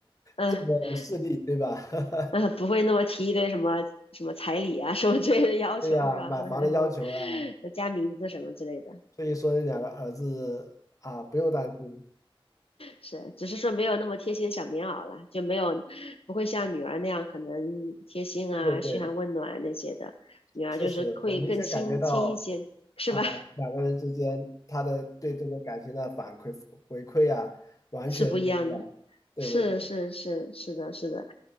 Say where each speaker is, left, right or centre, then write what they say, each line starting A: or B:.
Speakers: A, on the left (about 80°); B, on the left (about 35°).
A: 嗯、
B: 这么细，
A: 呃
B: 对吧？<laughs>
A: 嗯、呃不会那么提一堆什么什么彩礼啊什么之类的要求是吧？
B: 对呀，买房的要求呀，
A: 或者什么什么加名字什么之类的，
B: 所以说两个儿子啊，不用担心。
A: 是，只是说没有那么贴心小棉袄了，就没有不会像女儿那样可能贴心啊、
B: 对对对，
A: 嘘寒问暖那些的，女儿就是会更亲亲一些，
B: 确实，我明显感觉到
A: 是吧？
B: 啊，两个人之间他的对这个感情的反馈回馈啊，
A: <laughs>
B: 完全不一样。
A: 是不一样的，
B: 对对对，
A: 是是是是的，是的，